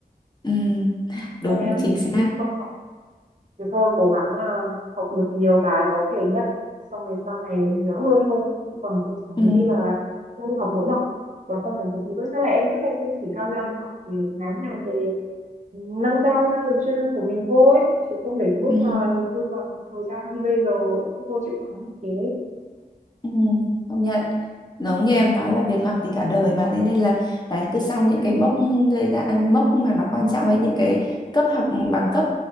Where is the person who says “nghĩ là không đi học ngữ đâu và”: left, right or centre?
Right